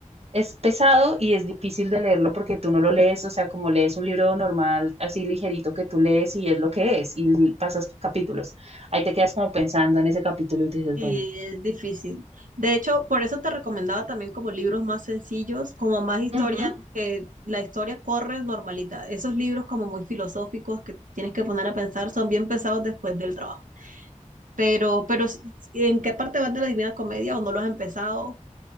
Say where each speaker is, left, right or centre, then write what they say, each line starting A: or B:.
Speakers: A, on the right; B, on the right.
A: es pesado y es difícil de leerlo porque tú no lo lees, o sea, como lees un libro normal, así ligerito que tú lees y es lo que es, y pasas capítulos. Ahí te quedas como pensando en ese capítulo y te dices,
B: Sí,
A: bueno,
B: es difícil. De hecho, por eso te recomendaba también como libros más sencillos, como más historias,
A: ujú,
B: que la historia corre normalita. Esos libros como muy filosóficos que te tienes que poner a pensar son bien pesados después del trabajo. Pero, pero si- si- ¿en qué parte vas de la Divina Comedia o no lo has empezado?